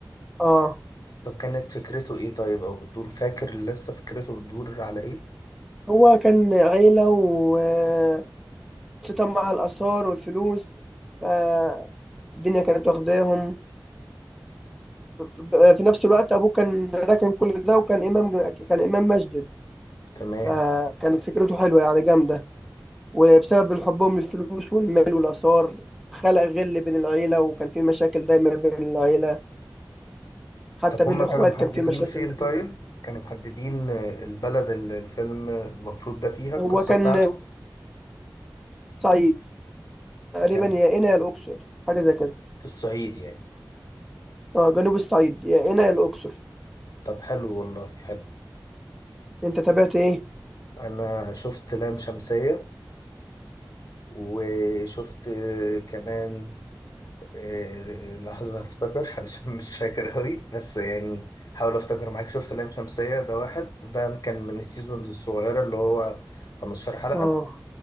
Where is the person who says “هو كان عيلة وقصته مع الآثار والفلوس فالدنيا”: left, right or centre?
Centre